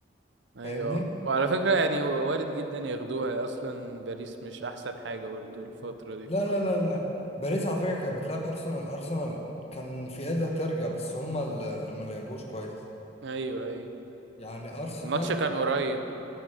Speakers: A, on the right; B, on the left.
A: ايوه
B: فاهمني
A: وعلى فكرة يعني وارد جدا ياخدوها اصلا باريس مش احسن حاجة برضو الفترة دي
B: لا لا لا لا باريس على فكرة كانت بتلعب ارسنال ارسنال كان في ايدها ترجع بس هما اللي اللي ما لعبوش كويس
A: ايوه ايوه
B: يعني ارسنال
A: الماتش كان قريب